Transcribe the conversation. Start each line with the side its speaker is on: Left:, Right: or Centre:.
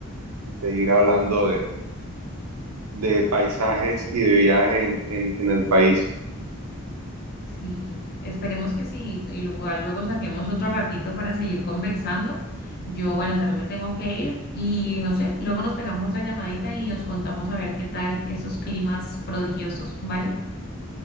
Right: y seguir hablando de, de paisajes y de viajes en, en en el país. <laughs>
Left: Sí, esperemos que sí, y igual luego saquemos otro ratito para seguir conversando. Yo, bueno, también me tengo que ir y no sé, luego nos pegamos otra llamadita y nos contamos a ver qué tal esos climas prodigiosos, ¿vale?